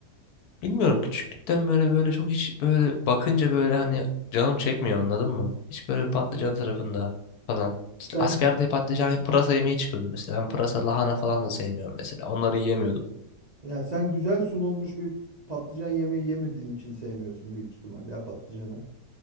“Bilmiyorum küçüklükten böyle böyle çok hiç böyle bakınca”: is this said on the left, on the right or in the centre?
Left